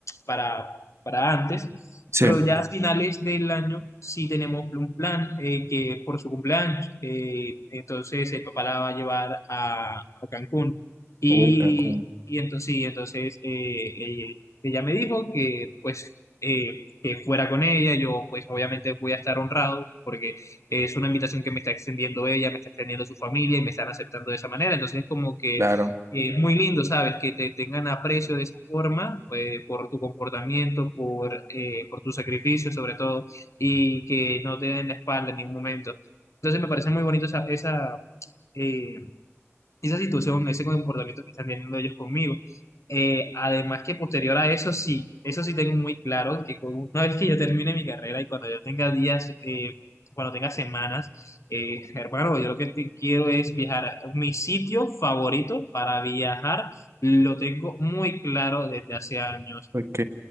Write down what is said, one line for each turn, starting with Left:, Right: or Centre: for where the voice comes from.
Left: para, para antes,
Right: Sí.
Left: pero ya a finales del año sí tenemos un plan eh, que por su cumpleaños, eh, entonces el papá la va a llevar a, a Cancún. Y,
Right: Uh, Cancún,
Left: y entonces, sí, entonces eh, eh, ella me dijo que pues... eh, que fuera con ella. Yo, pues, obviamente voy a estar honrado porque es una invitación que me está extendiendo ella, me está extendiendo su familia y me están aceptando de esa manera. Entonces, es como que
Right: claro.
Left: eh, es muy lindo, ¿sabes? Que te tengan aprecio de esa forma, eh, por tu comportamiento, por, eh, por tu sacrificio, sobre todo, y que no te den la espalda en ningún momento. Entonces, me parece muy bonito esa, esa, eh, esa situación, ese comportamiento que están teniendo ellos conmigo. Eh, además que posterior a eso, sí, eso sí tengo muy claro que con- una vez que yo termine mi carrera y cuando yo tenga días, eh, cuando tenga semanas, eh, hermano, yo lo que te- quiero es viajar. Mi sitio favorito para viajar lo tengo muy claro desde hace años
Right: Ok,